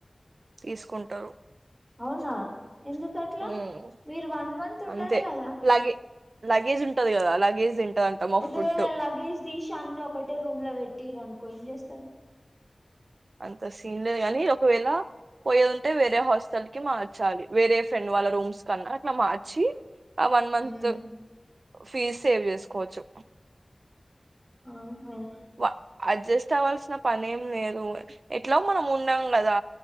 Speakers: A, on the right (about 75°); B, in the centre.
A: తీసుకుంటారు.
B: అవునా ఎందుకట్లా
A: ఉమ్.
B: మీరు వన్ మంత్ ఉండరు
A: అంతే
B: గదా.
A: లగే లగేజ్ ఉంటది కదా లగేజ్ తింటదంట మా
B: ఒకవేళ
A: ఫుడ్
B: లగేజ్ తీసి అన్ని ఒకట్ టే రూమ్ లో పెట్టిర్రనుకో ఏం చేస్తారు?
A: అంత సీన్ లేదు గానీ ఒకవేళ పోయేదుంటే వేరే హాస్టల్ కి మార్చాలి వేరే ఫ్రెండ్ వాళ్ళ రూమ్స్ కన్నా అట్లా మార్చి. ఆ one month
B: um
A: fees save చేసుకోవచ్చు.
B: ఆహ
A: వా అడ్జస్ట్ అవ్వాల్సిన పని ఏం లేదు ఎట్లా మనం ఉండం గదా